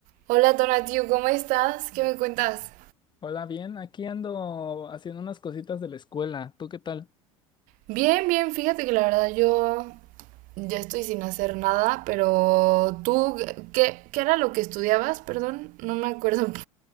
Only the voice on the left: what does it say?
Hola, bien, aquí ando haciendo unas cositas de la escuela. ¿Tú qué tal?